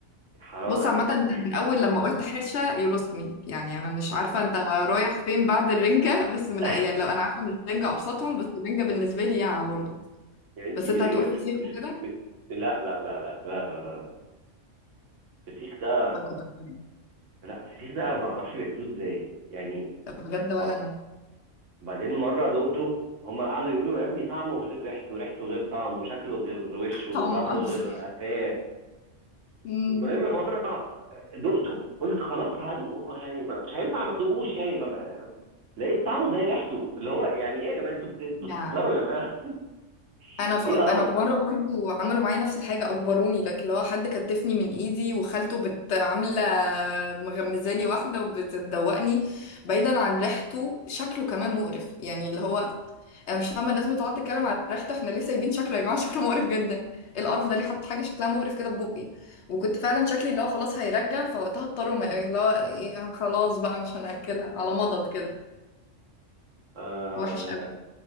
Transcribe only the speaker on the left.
بص
عامة انت من اول لما قلت حرشة you lost me يعني انا مش عارفة انت رايح فين بعد الرنجة بس من
يعني لو انا عارفة ان الرنجة ابسطهم بس الرنجة بالنسبة لي يا برضه
بس
انت
هتقول فسيخ
وكده
ما أنا كنت هقول إيه.
بجد ولا
انا
طعمه
ابسط
امم
يا
انا ف...
انا
مره برضو عملوا معايا نفس الحاجه اجبروني لكن لو حد كتفني من ايدي وخالته بت عامله مغمزالي واحده وبتدوقني بعيدا عن ريحته شكله كمان مقرف يعني اللي هو انا مش فاهمه الناس بتقعد تتكلم على ريحته احنا ليه سايبين شكله يا جماعه شكله مقرف جدا ايه القرف ده ليه حط حاجه شكلها مقرف كده في بقي وكنت فعلا شكلي اللي هو خلاص هيرجع فوقتها اضطروا ما- اللي هو إيه خلاص بقى مش هناكلها على مضض كده
وحش